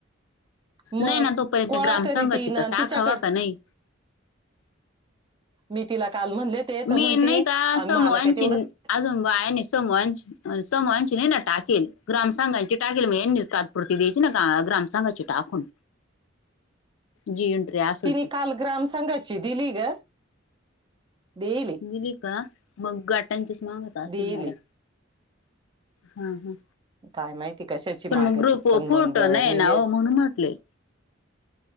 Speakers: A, on the right; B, on the left.
A: मग
B: नय ना तोपर्यंत.
A: गोळा
B: ग्रामसंघाची
A: करी ती ना
B: तर टाक
A: तिच्याकड
B: हवा का नाही.
A: मी तिला काल म्हणले ते तर
B: मी
A: म्हणती
B: नाही का समूहची
A: मला काय तेवढंच
B: अजून बाया समूहांची समूहांची नाही नाटा. टाेल ग्रामसांघाांची टाकेल म तात्पुरती द्यायची ना ग्रामसघाची टाकून. जी. असेल
A: तिने
B: ती
A: काल ग्राम संघाची दिली ग. दिली
B: गेली का मग गाटांचीच मागत असतील
A: दिली
B: मॅडम. हा हम.
A: काय माहिती कशाची
B: पण
A: माग
B: मग ग्रुप
A: ती
B: व
A: पण
B: फोटो
A: मग
B: नाही
A: मी
B: ना
A: ये
B: हो म्हणून म्हटले.